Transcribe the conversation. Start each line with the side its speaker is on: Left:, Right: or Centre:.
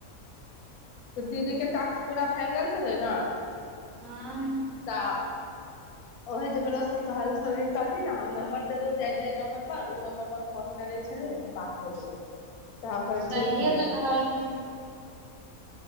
Left: तऽ दीदी के टास्क पूरा भए गेल छलै ने
Right: हँ
Left: तऽ ओहे जबरदस्ती कहल छल करलही ने हम नम्बर देबौ जाहि जाय नम्बर पर ओ नम्बर पर फोन करै छलियै तऽ बात हो जेतौ तब किर
Right: सहिए
Left: ठीक होतै
Right: तऽ कहलखिन